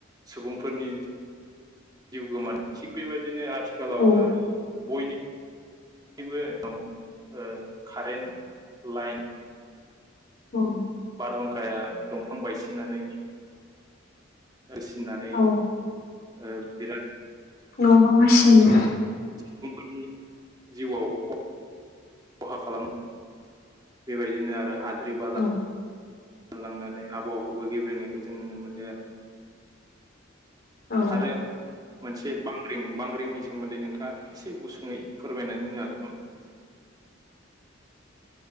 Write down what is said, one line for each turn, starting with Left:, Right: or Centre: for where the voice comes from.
Right: सुबुंफोरनि जिउ गोमानो थिग बेबायदिनो आथिखालाव
Left: औ
Right: ओ बयनि बो नाव ओ कारेन्ट लाइन
Left: औ
Right: बारहुंखाया दंफां बायसिननानै होसिननानै
Left: औ
Right: ओ बिराद
Left: न' बां होसिनो।
Right: सुबुंफोरनि जिउआव ख खहा खालामनाय बेबायदिनो आरो हाद्रि बाला
Left: औ
Right: लांनानै आबहावाखौबो गेब्रेनायखौ जों नुनो मोनदो आरो।
Left: औ
Right: आरो मोनसे बांग्रिं बांग्रिंनि सोमोनदै नोंथाङा एसे गुसुङै फोरमायनानै होनो हागोन नामा?
Left: <inaudible>